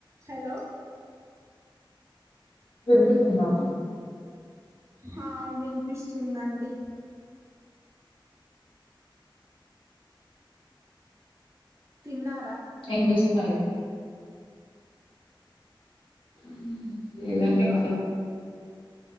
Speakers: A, on the right; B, on the left.
A: Hello
B: ఇనిపిస్తుందా అండి
A: హా వినిపిస్తుందండి తిన్నా
B: ఏంజెస్తున్నారు మ్ లేదండి
A: హలో
B: ఇంక